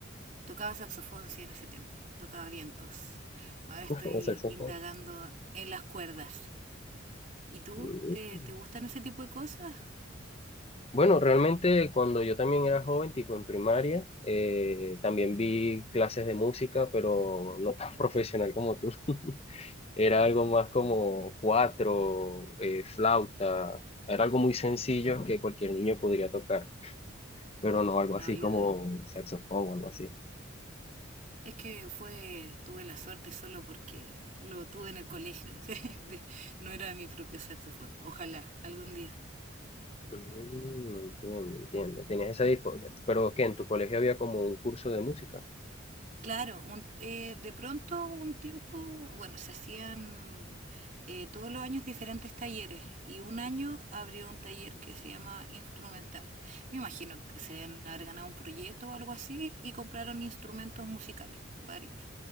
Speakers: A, on the right; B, on the left.
A: tocaba saxofón, sí, en ese tiempo, tocaba vientos. Ahora estoy
B: <laughs> O saxofón.
A: indagando en las cuerdas. ¿Y tú?
B: Mm.
A: ¿Te, te gustan ese tipo de cosas?
B: Bueno, realmente cuando yo también era joven, tipo en primaria, eh, también vi clases de música, pero no tan <laughs> profesional como tú. Era algo más como cuatro, eh, flauta, era algo muy sencillo que cualquier niño podría tocar, pero no algo
A: No,
B: así
A: yo,
B: como saxofón o algo así.
A: Es que fue, tuve la suerte solo porque lo tuve en el colegio. <laughs> no era mi propio saxofón. Ojalá, algún día.
B: Mm, entiendo, entiendo. Tenías esa dispo- Pero ¿qué? ¿En tu colegio había como un curso de música?
A: Claro, un- eh, de pronto un tiempo, bueno, se hacían eh, todos los años diferentes talleres y un año abrió un taller que se llama instrumental. Me imagino que se deben haber ganado un proyecto o algo así y compraron instrumentos musicales, varios,